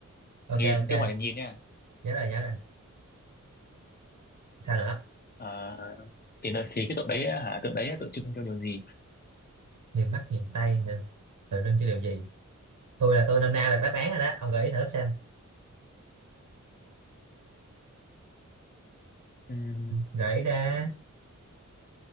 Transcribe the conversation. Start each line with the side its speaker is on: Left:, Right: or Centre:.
Right: ok
Left: nghìn
Right: ok
Left: chứ không phải là nhìn nha
Right: nhớ rồi nhớ rồi sao nữa
Left: Ờ, thì nó- thì cái tượng đấy á, hả tượng đấy á, tượng trưng cho điều gì
Right: miền Bắc miền Tây hả tượng trưng cho điều gì tôi là tôi năm nay được đáp án rồi đó ông gợi ý thử xem
Left: Ừm,
Right: gợi ý ra